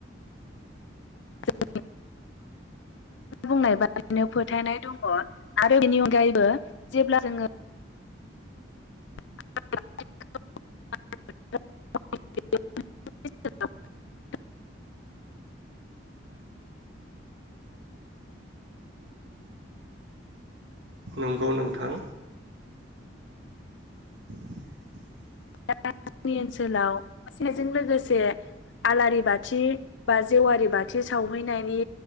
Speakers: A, on the left; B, on the right.
A: <unintelligible> बुंनाय बादिनो फोथायनाय दङ आरो बेनि अनगायैबो जेब्ला जोङो <unintelligible>
B: नंगौ नोंथां <inaudible>
A: दा जोंनि ओनसोलाव <unintelligible> जों लोगोसे आलारि बाथि बा जेवारि बाथि सावहैनायनि